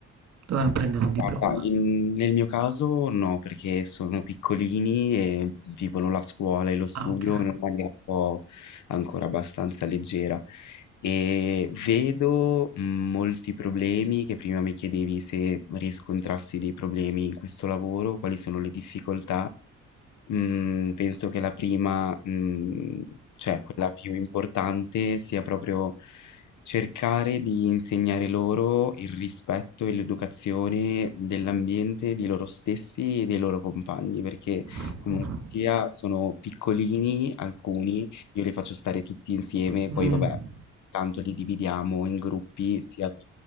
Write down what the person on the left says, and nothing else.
Guarda, in- nel mio caso no, perché sono piccolini e vivono la scuola e lo studio
in una maniera un po' ancora abbastanza leggera. Ehm, vedo, mhmm, molti problemi che prima mi chiedevi se riscontrassi dei problemi in questo lavoro, quali sono le difficoltà. Mm, penso che la prima, mm, cioè quella più importante, sia proprio cercare di insegnare loro il rispetto e l'educazione dell'ambiente, di loro stessi e dei loro compagni, perché
comunque sia sono piccolini alcuni, io li faccio stare tutti insieme,
poi vabbè, tanto li dividiamo in gruppi, sia